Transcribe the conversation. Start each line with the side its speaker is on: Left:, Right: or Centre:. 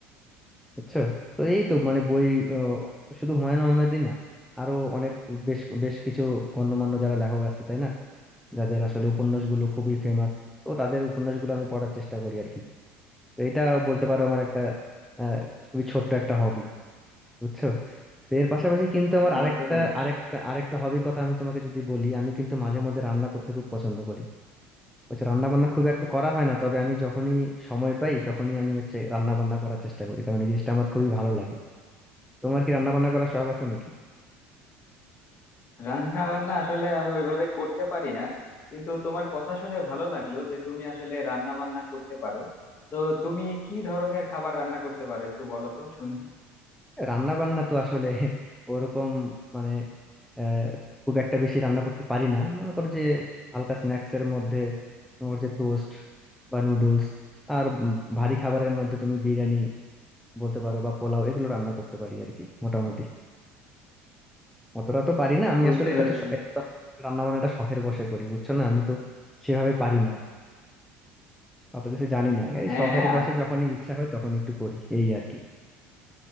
Centre: বুঝছো তো এই তো মানে বই আহ, শুধু হুমায়ুন আহমেদই না আরো অনেক বেশ বেশ কিছু গণ্যমান্য যারা লেখক আছে তাই না যাদের আসলে উপন্যাসগুলো খুবই ফেমাস তো তাদের উপন্যাসগুলো আমি পড়ার চেষ্টা করি আর কি তো এটা বলতে পারো আমার একটা আহ খুবই ছোট্ট একটা হবি বুঝছো তো এর পাশাপাশি কিন্তু আমার
Left: বুঝতে
Centre: আরেকটা
Left: পেরেছি
Centre: আরেকটা আরেকটা হবির কথা আমি তোমাকে যদি বলি আমি কিন্তু মাঝে মধ্যে রান্না করতে খুব পছন্দ করি হচ্ছে রান্না বান্না খুব একটা করা হয় না তবে আমি যখনই সময় পাই তখনই আমি হচ্ছে রান্না বান্না করার চেষ্টা করি কারণ এই জিনিসটা আমার খুবই ভালো লাগে তোমার কি রান্না বান্না করার শখ আছে নাকি
Left: রান্না বান্না আসলে আমি ওইভাবে করতে পারি না কিন্তু তোমার কথা শুনে ভালো লাগলো যে তুমি আসলে রান্না বান্না করতে পারো তো তুমি কি ধরনের খাবার রান্না করতে পারো একটু বলো তো শুনি
Centre: রান্না বান্না তো আসলে <laughs> ওরকম মানে আহ খুব একটা বেশি রান্না করতে পারি না মনে করো যে হালকা স্ন্যাক্স এর মধ্যে তোমার যে টোস্ট বা নুডলস আর উম ভারী খাবারের মধ্যে তুমি বিরিয়ানি বলতে পারো বা পোলাও এগুলো রান্না করতে পারি আর কি মোটামুটি অতটা তো পারি না আমি
Left: বুঝতে
Centre: আসলে এটা
Left: পেরেছি
Centre: তো শ- এটা তো রান্না বান্নাটা শখের বসে করি বুঝছো না আমি তো সেভাবে পারি না অত কিছু জানি না এই
Left: হ্যাঁ
Centre: শখের বসে যখনই ইচ্ছা হয় তখন একটু করি এই আর কি